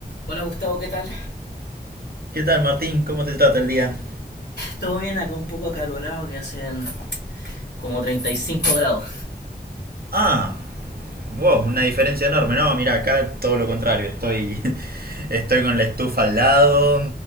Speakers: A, on the left; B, on the right.
A: Hola Gustavo, ¿qué tal?
B: ¿Qué tal, Martín? ¿Cómo te trata el día?
A: Todo bien, acá un poco acalorado que hacen como 35 grados.
B: Ah, wow, una diferencia enorme. No, mira, acá todo lo contrario. Estoy, <laughs> estoy con la estufa al lado.